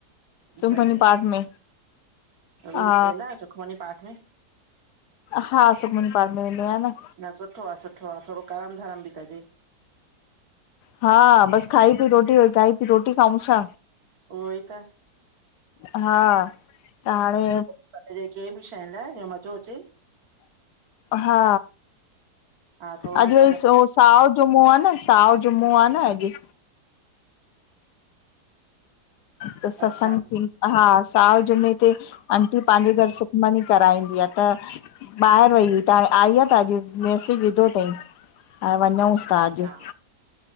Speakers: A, on the left; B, on the right.
A: सुखमनी
B: सही आ
A: पाठ में
B: व
A: हा
B: वेंदा आहियो सुखमणी पाठ में?
A: हा सुखमनी पाठ मे वेंदो आ न।
B: न सुठो आ सुठो आ थोड़ो करम धरम बि कंजे।
A: हा, बस खाई पी रोटी खाई पी रोटी खाऊं छा?
B: उहो ई त
A: हा त हाणे
B: पर कंहिं बि शइ लाइ जीअं मज़ो अचे
A: हा
B: हा थोड़ो
A: अ
B: सो समय
A: <inaudible> साओ जुमो आ न साओ जुमो आ न अॼु त सतसंग
B: अच्छा
A: हा, साए जुमे ते आंटी पंहिंजे घर सुखमनी कराईंदी आ त ॿाहिरि वई हुई त हाणे आई आ त अॼु मैसेज विधो थई त वञूंसि ताज
B: अच्छा
A: <inaudible>